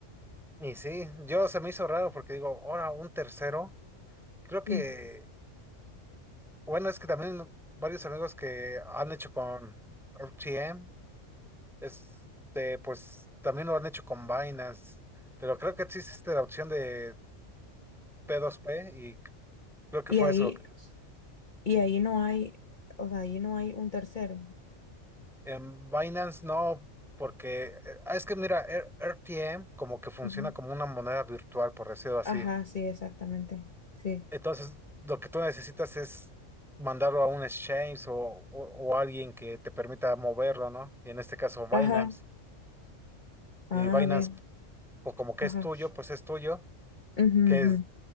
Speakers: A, in the centre; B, on the left (about 40°).
A: Y sí, yo se me hizo raro porque digo, ahora un tercero. Creo que,
B: sí.
A: bueno, es que también varios amigos que han hecho con RTM, este, pues también lo han hecho con Binance, pero creo que sí existe la opción de p dos p y creo que
B: Y
A: fue
B: ahí...
A: eso.
B: Y ahí no hay, o sea, ahí no hay un tercero.
A: En Binance no, porque eh, ah, es que mira, R- RTM como que funciona
B: Ujú.
A: como una moneda virtual, por decirlo así.
B: Ajá, sí, exactamente. Sí.
A: Entonces, lo que tú necesitas es mandarlo a un exchange o, o, o alguien que te permita moverlo, ¿no? Y en este caso Binance.
B: Ajá. A
A: Y Binance,
B: ver.
A: pues como que
B: Ajá.
A: es tuyo, pues es tuyo,
B: Ujú,
A: que
B: ujú.
A: es,